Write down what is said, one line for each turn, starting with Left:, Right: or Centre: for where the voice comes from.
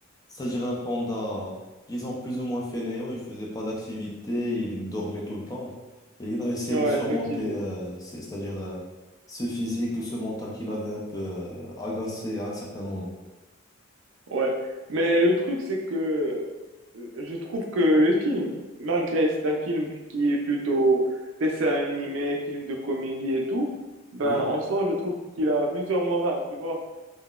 Left: c'est-à-dire un panda, disons plus ou moins fainéant. Il faisait pas d'activité, il dormait tout le temps. Et il a essayé
Right: Ouais,
Left: de surmonter,
Right: effectivement.
Left: euh, c'est- c'est-à-dire euh, ce physique, ce mental qu'il avait un peu euh, agacé à un certain moment.
Right: Ouais, mais le truc, c'est que euh, je trouve que le film, malgré c'est un film qui est plutôt dessin animé, film de comédie et tout, ben
Left: Oui,
Right: en soi, je trouve qu'il a plusieurs morales, tu vois.